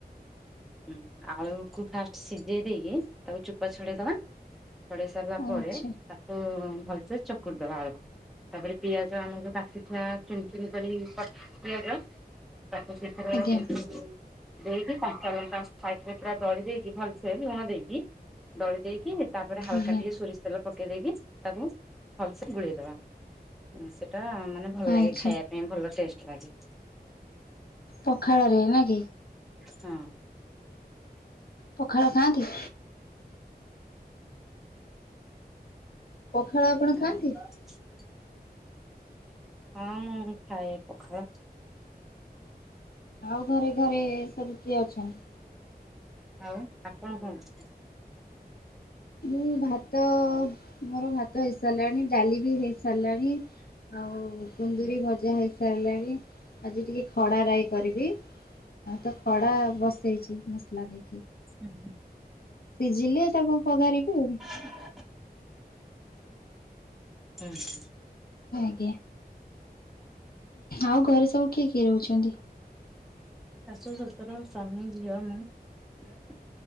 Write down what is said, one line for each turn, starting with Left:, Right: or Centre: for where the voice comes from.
Centre: ଉଁ ଆଳୁକୁ ଫାଷ୍ଟ ସିଜେଇ ଦେଇକି ତାକୁ ଚୋପା ଛଡେଇଦବା। ଛଡେଇ ସାରିଲା ପରେ
Left: ଆଚ୍ଛା
Centre: ତାକୁ ଭଲସେ ଚକୁଟିଦବା ଆଳକୁ। ତାପରେ ପିଆଜ ଆମର କାଟିଥୁଆ ଚୁନ ଚୁନ କରି କ ପିଆଜ ତାକୁ ସେଥର
Left: ଆଜ୍ଞା
Centre: <unintelligible> ଦେଇକି କଞ୍ଚା ଲଙ୍କା ସାଇଟରେ ପୁରା ଦଳି ଦେଇକି ଭଲସେ ଲୁଣ ଦେଇକି ଦଳି ଦେଇକି ତାପରେ
Left: ଆଜ୍ଞା।
Centre: ହାଲକା ଟିକେ ଶୋରିଷ୍ ତେଲ ପକେଇ ଦେଇକି ତାକୁ ଭଲସେ ଗୁଳେଇଦବା ଉଁ ସେଟା ମାନେ ଭଲ
Left: ଆଚ୍ଛା
Centre: ଲାଗେ ଖାଇବା ପାଇଁ ଭଲ ଟେଷ୍ଟ ଲାଗେ।
Left: ପଖାଳରେ ନା କି?
Centre: ହଁ।
Left: ପୋଖାଳ ଖାଆନ୍ତି? ପଖାଳ
Centre: ନାଇଁ
Left: ଆପଣ ଖାଆନ୍ତି? <inaudible>
Centre: ହଁ ମୁଁ ଖାଏ ପଖାଳ।
Left: ଆଉ ଘରେ ଘରେ ସବୁ କିଏ ଅଛନ୍ତି?
Centre: ଆଉ ଆପଣ କଣ?
Left: ମୁଁ ଭାତ ମୋର ଭାତ ହେଇସାରିଲାଣି ଡାଲି ବି ହେଇ ସାରିଲାଣି ଆଉ କୁ କୁନ୍ଦୁରି ଭଜା ହେଇସାରିଲାଣି ଆଜି ଟିକେ ଖଡ଼ା ରାଇ କରିବି। ଆଉ ତ ଖଡା ବସେଇଚି ମସଲା ଦେଇକି।
Centre: ଉଁହୁଁ।
Left: ସିଝିଲେ ତାକୁ ପଘାରିବି ଆଉ।
Centre: ହ ହୁଁ ହୁଁ।
Left: ଓ ଆଗେ ଆଉ ଘରେ ସବୁ କିଏ କିଏ ରହୁଛନ୍ତି?
Centre: ଶାଶୁ, ଶ୍ୱଶୁର, ସ୍ଵାମୀ, ଝିଅ, ମୁଁ